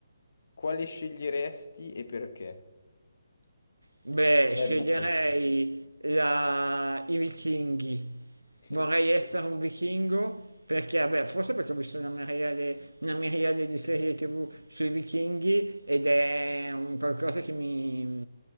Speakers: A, on the left (about 55°); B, on the right (about 75°).
A: quale sceglieresti e perché?
B: Beh,
A: Bella
B: sceglierei
A: questa.
B: la... i vichinghi.
A: Sì,
B: Vorrei
A: perché-
B: essere un vichingo perché, vabbè, forse perché ho visto una miriade, una miriade di serie TV sui vichinghi ed è un qualcosa che mi,